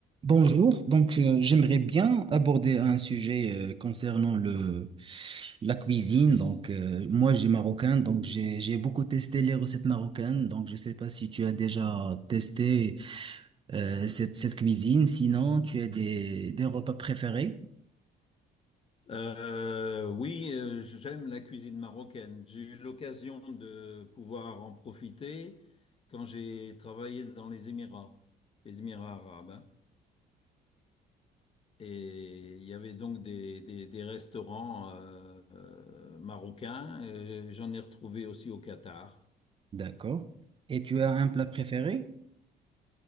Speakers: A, on the right; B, on the left.
A: Bonjour, donc euh, j'aimerais bien aborder un sujet euh, concernant le la cuisine. Donc euh, moi j'ai marocain, donc j'ai j'ai beaucoup testé les recettes marocaines. Donc je sais pas si tu as déjà testé euh, cette cette cuisine. Sinon tu as des des repas préférés,
B: Euh, oui, euh, j'aime la cuisine marocaine. J'ai eu l'occasion de pouvoir en profiter quand j'ai travaillé dans les Émirats, les Émirats arabes. hein. Et il y avait donc des, des- des restaurants euh, euh, marocains. Euh, J'en ai retrouvé aussi au Qatar.
A: d'accord? Et tu as un plat préféré?